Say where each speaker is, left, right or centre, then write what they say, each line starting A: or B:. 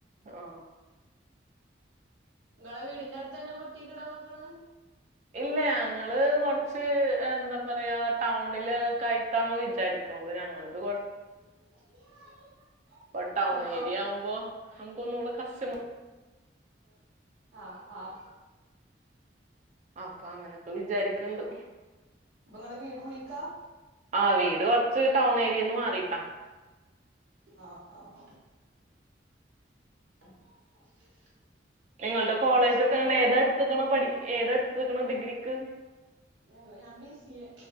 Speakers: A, on the right; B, on the right.
A: ആ
B: ഇങ്ങളെ വീടിന്റെ അടുത്തെന്നാ ബൊട്ടി ക്ക്ടാൻ നോക്കണെ
A: ഇല്ല അങ്ങള് കൊറച്ച് എന്താ പറയാ ടൗണില് കായിട്ടാണ് വിചാരിക്കണത് ഞങ്ങളത് കൊറ
B: <inaudible>
A: ഇപ്പൊ ടൗൺ
B: ഹലോ
A: ഏരിയ ആവുമ്പോ നമുക്കൊന്നുംടെ കസ്റ്റ്മ
B: ആഹ ആഹ
A: ആ അപ്പങ്ങനൊക്കെ വിജാരിക്കണ്ട്
B: അപ്പൊ ഇങ്ങളെ വീട് ഉള്ളിക്കാ
A: ആ വീട് കൊറച്ച് ടൗൺ ഏരിയേന്ന് മാറിട്ടാ
B: ആഹ് ആഹ <inaudible>
A: നിങ്ങൾടെ കോളേജൊക്കെങ്ങനെ
B: ബസ് റൂട്ടൊന്നും ഇല്ലാത്തടോ
A: ഏതാട്ത്ത്ക്കണെ പഠിക്ക ഏതാട്ത്ത്ക്കണേ ഡിഗ്രിക്ക്
B: <unintelligible> ഞാൻ B C A